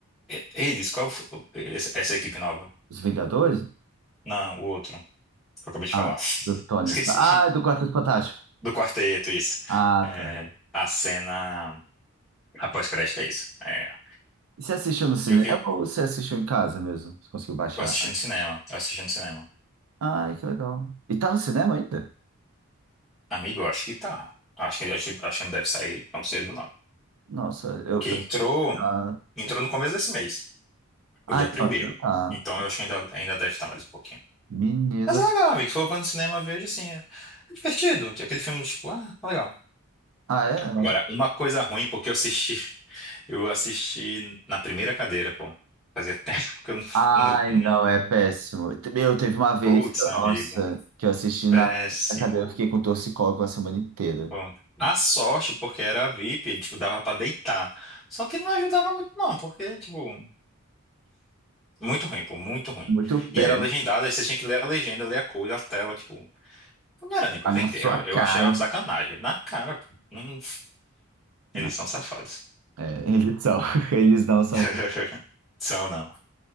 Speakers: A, in the centre; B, on the right (about 80°).
A: E- Eles, qual foi, esse- essa equipe nova?
B: Os Vingadores?
A: Não, o outro. que Eu acabei de
B: Ah,
A: falar.
B: do
A: <laughs>
B: Tony
A: Esqueci.
B: Stark. Ah, do Quarteto Fantástico.
A: Do quarteto, isso.
B: Ah,
A: É,
B: tá.
A: a cena. A pós-crédito é isso. É.
B: E você assistiu no cinema
A: Eu, eu,
B: ou você assistiu em casa mesmo? Você conseguiu baixar?
A: eu assisti no cinema. Eu assisti no cinema.
B: Ai, que legal. E tá no cinema ainda?
A: Amigo, eu acho que tá. Acho que, acho, acho que não deve sair tão cedo, não.
B: Nossa, eu,
A: Que
B: eu...
A: entrou,
B: ah,
A: entrou
B: é.
A: no começo desse mês. Foi
B: ah,
A: dia
B: então,
A: primeiro.
B: já tá.
A: Então eu acho que ainda, ainda deve estar mais um pouquinho.
B: Menino.
A: Mas é legal, amigo. Se for pra no cinema, veja assim. É, é divertido. Tem Aquele filme, tipo, ah, é legal.
B: Ah, é? Mas-
A: Agora, uma coisa ruim, porque eu assisti. <laughs> Eu assisti na primeira cadeira, pô. Fazia <laughs> tempo que eu não.
B: Ai,
A: não- não-
B: não, é péssimo. Eu teve uma vez
A: Putz,
B: que, eu-
A: amigo.
B: nossa, que eu assisti
A: Péssimo.
B: na na cadeira, eu fiquei com torcicolo a semana inteira.
A: Bom, a sorte, porque era VIP, tipo, dava pra deitar. Só que não ajudava muito, não, porque, tipo, muito ruim, pô, muito ruim.
B: Muito
A: E
B: péssimo.
A: era legendado, aí você tinha que ler a legenda, ler a coisa, a tela, tipo, então não era nem pra
B: A
A: vender.
B: na sua
A: Eu eu
B: cara.
A: achei uma sacanagem. Na cara, pô. Hum,
B: Não,
A: eles são safados.
B: É, eles são, <laughs> eles não são.
A: <laughs> São, não.